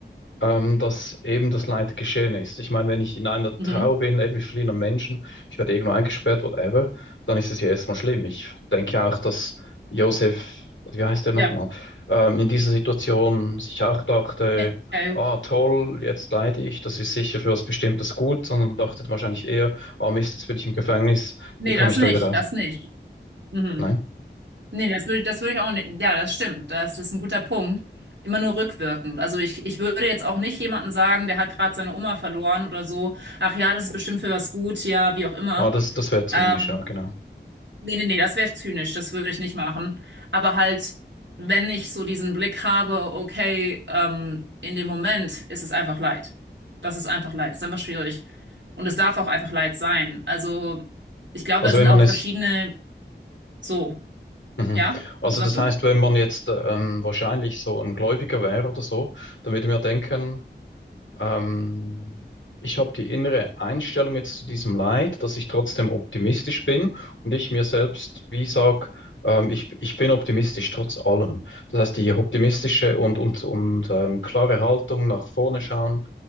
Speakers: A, on the left; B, on the right.
A: ähm, dass eben das Leid geschehen ist. Ich meine, wenn ich in einer
B: Mhm.
A: Trauer bin, eben mit verschiedenen Menschen, ich werde irgendwo eingesperrt, whatever, dann ist es ja erstmal schlimm. Ich denke ja auch, dass Josef, wie heißt der nochmal,
B: Ja.
A: ähm, in dieser Situation sich auch dachte,
B: Ja. ja. ja, ja.
A: ah, toll, jetzt leide ich, das ist sicher für was Bestimmtes gut, sondern dachte wahrscheinlich eher, ah, Mist, jetzt bin ich im Gefängnis,
B: Nee,
A: wie komme
B: das
A: ich
B: nicht,
A: da wieder raus?
B: das nicht. Mhm.
A: Nein?
B: Nee, das würde, das würde ich auch nicht. Ja, das stimmt. Das ist ein guter Punkt. Immer nur rückwirkend. Also ich, ich würde jetzt auch nicht jemandem sagen, der hat gerade seine Oma verloren oder so. Ach ja, das ist bestimmt für was gut, ja, wie auch immer.
A: Ah, das, das wäre zynisch,
B: Ähm,
A: ja, genau.
B: nee, nee, nee, das wäre zynisch. Das würde ich nicht machen. Aber halt, wenn ich so diesen Blick habe, okay, ähm, in dem Moment ist es einfach Leid. Das ist einfach Leid. Das ist einfach schwierig. Und es darf auch einfach Leid sein. Also ich glaube,
A: Also
B: da sind
A: wenn
B: auch
A: man es
B: verschiedene, so,
A: Mhm.
B: ja,
A: Also
B: sagst
A: das
B: du?
A: heißt, wenn man jetzt ähm, wahrscheinlich so ein Gläubiger wäre oder so, dann würde man ja denken, ähm, ich habe die innere Einstellung jetzt zu diesem Leid, dass ich trotzdem optimistisch bin und ich mir selbst, wie sag, ähm, ich, ich bin optimistisch trotz allem. Das heißt, die optimistische und, und, und ähm, klare Haltung nach vorne schauen